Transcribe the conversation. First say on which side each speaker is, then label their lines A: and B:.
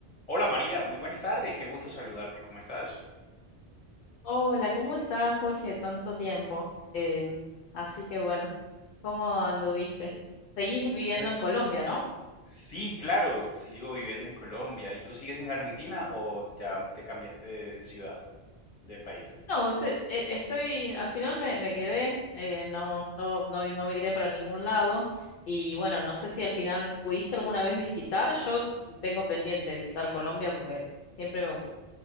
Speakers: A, on the left; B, on the left.
A: Hola María, muy buenas tardes, qué gusto saludarte, ¿cómo estás?
B: Hola, ¿cómo estás, Jorge? Tanto tiempo. Em, así que bueno, ¿cómo anduviste? Seguís viviendo
A: Eh,
B: en Colombia, ¿no?
A: Sí, claro, sigo viviendo en Colombia. ¿Y tú sigues en Argentina o ya te cambiaste de ciudad, de país?
B: No, estoy, e- estoy, al final me, me quedé, eh, no, no, no, no migré para ningún lado. Y bueno, no sé si al final pudiste alguna vez visitar. Yo tengo pendiente visitar Colombia porque siempre me, gu-